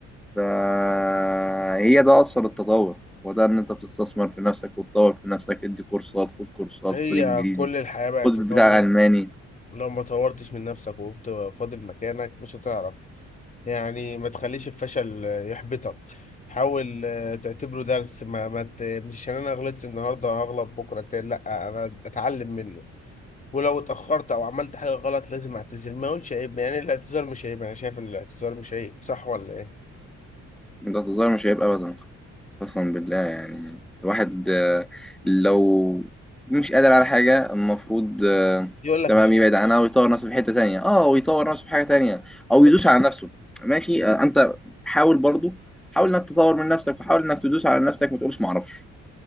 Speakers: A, in the centre; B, on the left.
A: فهي ده أصل التطور وده إن أنت بتستثمر في نفسك وتطور في نفسك ادي كورسات خد كورسات
B: هي
A: خد إنجليزي
B: كل الحياه بقت
A: خد
B: تطور
A: بتاع ألماني
B: لو ما طورتش من نفسك وقفت فاضل مكانك مش هتعرف يعني ما تخليش الفشل آه، يحبطك حاول آه، تعتبره درس ما, ما ت... مش عشان انا غلطت النهارده هغلط بكره تاني لا انا اتعلم منه ولو اتأخرت أو عملت حاجة غلط لازم أعتذر ما أقولش عيب يعني الاعتذار مش عيب أنا شايف إن الاعتذار مش عيب صح ولا إيه؟
A: ده تظاهر مش هيبقى أبدا قسما بالله يعني الواحد آه، لو مش قادر على حاجة المفروض آه،
B: يقول لك
A: تمام
B: مش
A: يبعد
B: قادر
A: عنها ويطور نفسه في حتة تانية اه ويطور نفسه في حاجة تانية أو
B: ب...
A: يدوس على نفسه ماشي آه، أنت حاول برضو حاول إنك تطور من نفسك وحاول إنك تدوس على نفسك ما تقولش معرفش